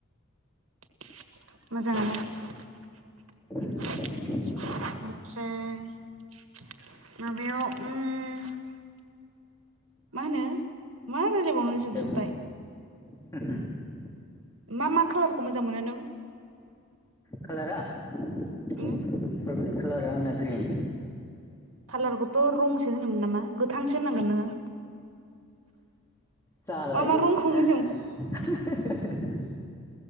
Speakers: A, on the right; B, on the left.
A: मोजाङानो।
B: <inaudible>
A: ओमफ्राय माबायाव उम। मा होनो मा रायलायबावनो जोबजोबबाय।
B: दे <unintelligible>
A: मा मा कालारखौ मोजां मोनो नों?
B: कालारा? फेब्रेत
A: उम
B: कालारा आंना ग्रिन।
A: कालारखौथ' रंसो होनोमोन नामा? गोथांसो होननांगोन नोङो।
B: जालाय
A: मा मा रंखौ
B: <unintelligible>
A: मोजां मोनो?